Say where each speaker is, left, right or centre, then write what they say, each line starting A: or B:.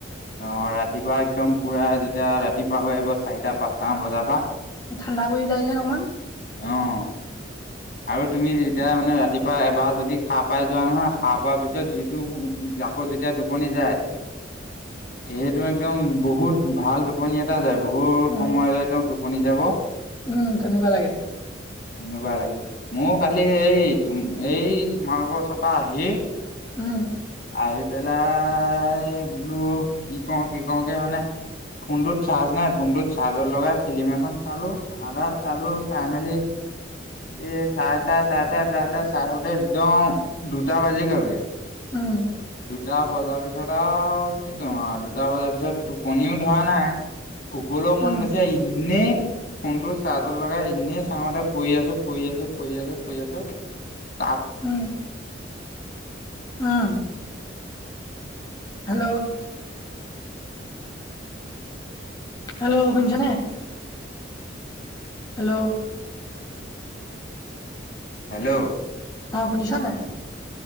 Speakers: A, on the left; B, on the left.
A: অ ৰাতিপুৱা একদম পুৰা যেতিয়া ৰাতিপুৱা হৈ আহিব চাৰিটা পাঁচটা মান বজা পা
B: ঠাণ্ডা পৰি যায় যেন অকমান।
A: অ আৰু তুমি যেতিয়া মানে ৰাতিপুৱা এবাৰ যদি সাৰ পাই যোৱা নহয় সা পোৱাৰ পিছত যিটো আকৌ যেতিয়া টোপনি যায়। এইটো একদম বহুত ভাল টোপনি এটা যায়। বহুত
B: উম।
A: সময় একদম টোপনি যাব।
B: উম, তেনেকুৱা লাগে।
A: এনেকুৱা লাগে মোৰ কালি এই তুম এই তোমালোকৰ ওচৰ পৰা আহি।
B: উম।
A: আহি পেলাই বোলো কি কওঁ কি কওঁ কে মানে ফোনটোত চাৰ্জ নাই ফোনটোত চাৰ্জৰ লগাই ফিলি্ম এখন চালো আধা চালো চাই মেলি এ চাই চাই চাই চাই চাই চাই চাই থাকোতে একদম দুটা বাজি গলগে।
B: উম।
A: দুটা বজাৰ পিছত আৰু কি কই ইম আৰু দুটা বজাৰ পিছত টোপনিও ধৰা নাই। শুবলৈও
B: উম,
A: মন গৈছে ইনেই ফোনটো চাৰ্জৰ লগাই ইনেই চাঙতে পৰি আছো। প-ই আছো প-ই আছো প-ই আছো তাপ
B: উম, উম হেল্ল' হেল্ল' শুনিছেনে হেল্ল'
A: হেল্ল'
B: অ শুনিছা নাই?